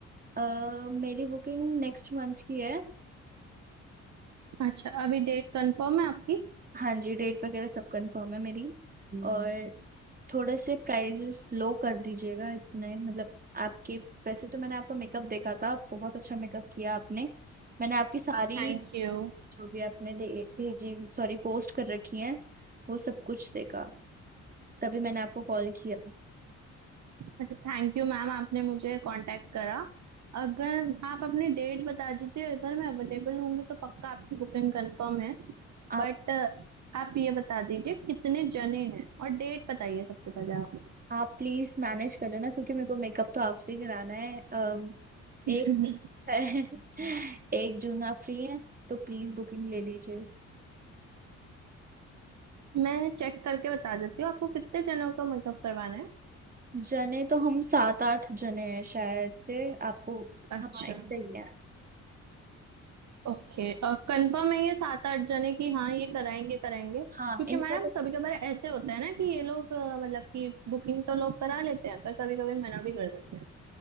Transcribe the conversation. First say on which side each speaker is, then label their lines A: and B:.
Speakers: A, on the right; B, on the right.
A: अ, मेरी बुकिंग नेक्स्ट मंथ की है
B: अच्छा अभी डेट कंफर्म है आपकी
A: हाँ जी डेट वगैरह सब कंफर्म है मेरी और हम्म। थोड़े से प्राइजेस लो कर दीजिएगा इतने मतलब आपके वैसे तो मैंने आपका मेकअप देखा था बहुत अच्छा मेकअप किया आपने मैंने आपकी सारी
B: Thank you
A: जो भी आपने दे- भेजी सॉरी पोस्ट कर रखी है वो सब कुछ देखा तभी मैंने आपको कॉल किया
B: अच्छा थैंक यू मैम आपने मुझे कांटेक्ट करा अगर आप अपनी डेट बता दीजिए अगर मैं अवेलेबल होंगी तो पक्का आपकी बुकिंग कंफर्म है
A: आप
B: बट आप ये बता दीजिए कितने जने हैं और डेट बताइए सबसे पहले आप
A: आप प्लीज मैनेज कर लेना क्योंकि मेरे को मेकअप तो आपसे ही कराना है अम,
B: <laughs>
A: एक <laughs> एक जून आप फ्री हैं तो प्लीज बुकिंग ले लीजिए
B: मैं चेक करके बता देती हूँ आपको कितने जनों का मेकअप करवाना है
A: जने तो हम सात आठ जने हैं शायद से आपको
B: अच्छा
A: हाँ इतना ही है
B: ओके कंफर्म है ये सात आठ जने की हाँ ये कराएंगे कराएंगे क्योंकि
A: हाँ इनका
B: मैडम
A: तो
B: कभी कभार ऐसे होता है ना कि ये लोग अ, मतलब कि बुकिंग तो लोग करा लेते हैं पर कभी कभी मना भी कर देते हैं